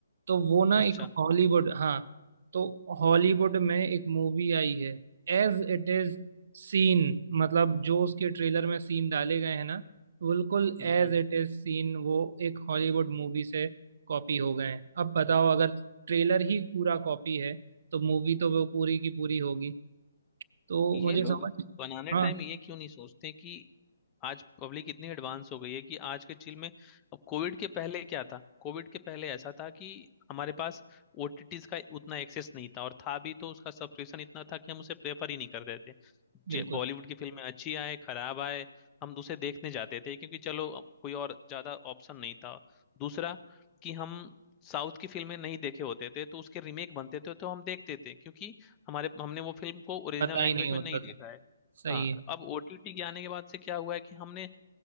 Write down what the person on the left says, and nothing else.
अच्छा
हम्म
हम्म
ये
लोग
बनाने
टाइम ये क्यों नहीं सोचते कि आज पब्लिक इतनी एडवांस हो गई है कि आज के चिल में अब कोविड के पहले क्या था कोविड के पहले ऐसा था कि हमारे पास ओटीटीज का उतना एक्सेस नहीं था और था भी तो उसका सब्सक्रिप्शन इतना था कि हम उसे प्रेफर ही नहीं करते
थे बॉलीवुड की फिल्में अच्छी आए खराब आए हम उसे देखने जाते थे क्योंकि चलो अब कोई और ज्यादा ऑप्शन नहीं था दूसरा कि हम साउथ की फिल्में नहीं देखे होते थे तो उसके रीमेक बनते थे तो हम देखते थे क्योंकि हमारे हमने वो फिल्म को ओरिजिनल
लैंग्वेज
में नहीं देखा
है
हाँ
अब ओटीटी के आने के बाद से क्या हुआ है कि हमने